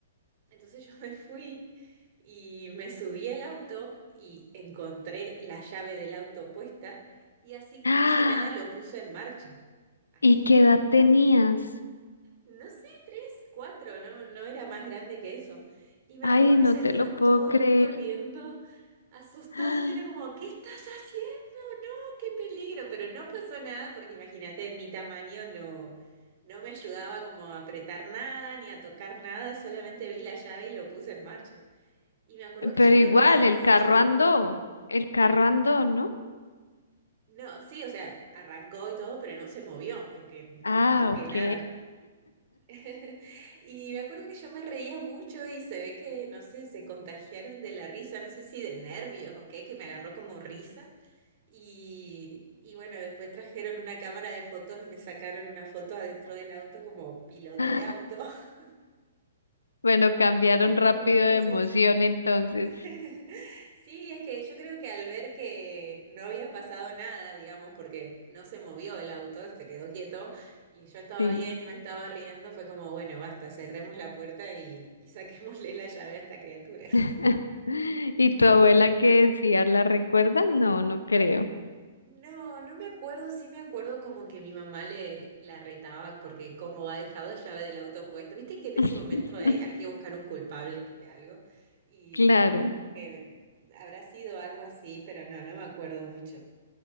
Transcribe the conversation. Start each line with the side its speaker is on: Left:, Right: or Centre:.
Right: Entonces yo <laughs> me fui y me subí al auto y encontré la llave del auto puesta y así como
Left: ¡Ah!
Right: si nada lo puse en marcha, así
Left: ¿Y qué edad tenías?
Right: no sé, tres, cuatro, no, no era más grande que eso. Y me
Left: Ay,
Right: acuerdo
Left: no
Right: que salieron
Left: te lo puedo
Right: todos
Left: creer.
Right: corriendo, asustados,
Left: <gasps> ¡Ah!
Right: era como, ¿qué estás haciendo? No, qué peligro, pero no pasó nada porque imagínate, mi tamaño no, no me ayudaba como a apretar nada ni a tocar nada, solamente vi la llave y lo puse en marcha. Y me acuerdo que
Left: Pero
Right: yo
Left: igual,
Right: me reía
Left: el
Right: mucho.
Left: carro andó. El carro andó, ¿no?
Right: No, sí, o sea, arrancó y todo, pero no se movió porque
Left: Ah,
Right: no toqué
Left: ok.
Right: nada. <laughs> Y me acuerdo que yo me reía mucho y se ve que, no sé, se contagiaron de la risa, no sé si de nervios o qué, que me agarró como risa. Y, y bueno, después trajeron una cámara de fotos y me sacaron una foto adentro del auto como piloto
Left: <laughs>
Right: de auto. <laughs>
Left: Bueno, cambiaron
Right: Así que
Left: rápido
Right: fue muy gracioso.
Left: de emoción entonces.
Right: <laughs> Sí, es que yo creo que al ver que no había pasado nada, digamos, porque no se movió el auto, se quedó quieto y yo estaba
Left: Sí.
Right: bien y me estaba riendo, fue como, bueno, basta, cerremos la puerta y, y saquémosle la llave a esta criatura. <laughs>
Left: <laughs> ¿Y tu abuela qué decía? ¿La recuerdas? No, no creo.
Right: No, no me acuerdo, sí me acuerdo como que mi mamá le la retaba porque como va dejado la llave del auto puesta, viste que en ese
Left: <laughs>
Right: momento hay, hay que buscar un culpable de algo y
Left: Claro,
Right: como que habrá sido algo así, pero no, no me acuerdo mucho.